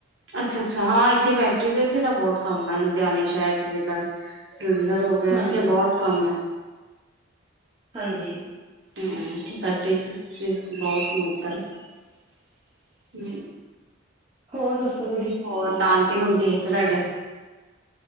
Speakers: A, on the right; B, on the right.
A: ਅੱਛਾ ਅੱਛਾ ਹਾਂ ਇੱਥੇ ਫੈਕਟਰੀ ਇੱਥੇ ਦਾ ਬਹੁਤ ਕੰਮ ਹੈ ਲੁਧਿਆਣੇ ਸ਼ਹਿਰ ਚ ਜਿੱਦਾਂ ਜਲੰਧਰ ਹੋ ਗਿਆ
B: ਹਾਂਜੀ
A: ਇੱਥੇ ਬਹੁਤ ਕੰਮ ਹੈ
B: ਹਾਂਜੀ
A: ਹ ਠੀਕ ਹੈ ਚੀਜ਼ ਬਹੁਤ ਨਤਰ ਹਮ
B: ਹੋਰ ਦੱਸੋ ਤੁਸੀਂ
A: ਹੋਰ ਨਾਨਕ ਨੂੰ ਹੁੰਦੀ ਥਡੇ